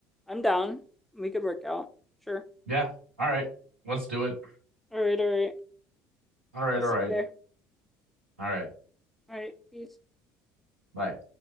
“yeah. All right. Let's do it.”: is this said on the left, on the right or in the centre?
Right